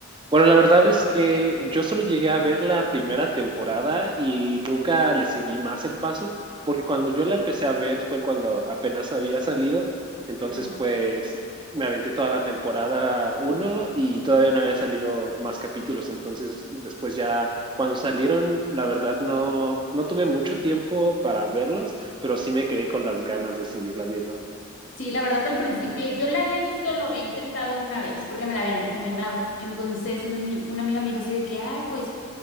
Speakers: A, on the right; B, on the left.
A: Bueno, la verdad es que yo solo llegué a ver la primera temporada y nunca le seguí más el paso, porque cuando yo la empecé a ver fue cuando apenas había salido, entonces
B: Ah,
A: pues me aventé toda la temporada uno y todavía no había salido más capítulos, entonces después ya cuando salieron, la verdad no, no tuve mucho tiempo para verlos, pero sí me quedé con las ganas de seguirla viendo.
B: Sí, la verdad al principio yo la había visto, lo había intentado una vez porque me la habían recomendado. Entonces una, ami- una amiga me dijo así de que, ay, pues